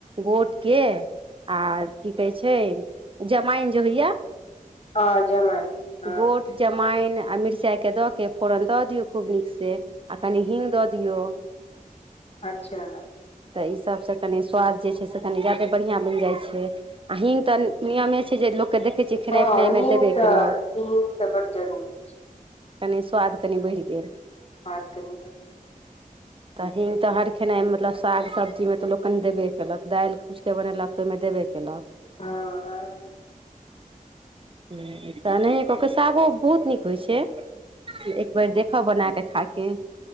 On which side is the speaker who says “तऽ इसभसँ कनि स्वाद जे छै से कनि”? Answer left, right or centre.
Right